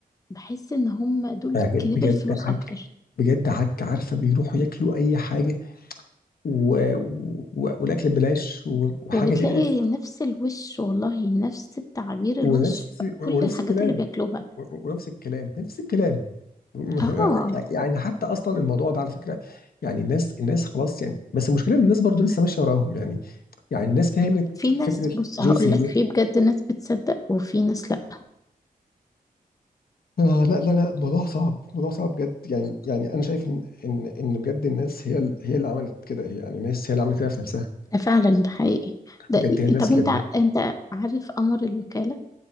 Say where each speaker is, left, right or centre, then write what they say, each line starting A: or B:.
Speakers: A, on the left (about 20°); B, on the left (about 80°).
A: بحس ان هما دول
B: بجد
A: كلاب الفلوس
B: عك
A: اكتر
B: بجد عك عارفه بيروحوا ياكلوا اي حاجه و... و... والاكل ببلاش و... وحاجه
A: وبتلاقي
B: تقرف
A: نفس الوش والله نفس التعابير
B: ونفس
A: الوش في
B: ونفس
A: كل الحاجات
B: الكلام
A: اللي بياكلوها
B: ونفس الكلام نفس الكلام <laughs>
A: اه
B: يعني حتى اصلا الموضوع ده على فكره يعني الناس الناس خلاص يعني بس المشكله ان الناس برضو لسه ماشيه وراهم يعني يعني الناس فهمت
A: في ناس
B: فكره
A: بص
B: جوسي
A: هقول
B: ليه
A: لك في بجد ناس بتصدق وفي ناس لا
B: آه لا لا لا موضوع صعب موضوع صعب بجد يعني يعني انا شايف ان ان ان بجد الناس هي ال- هي اللي عملت كده يعني الناس هي اللي عملت كده في نفسها
A: ده فعلا ده حقيقي ده
B: بجد هي الناس
A: طب
B: اللي
A: انت انت عارف امر الوكاله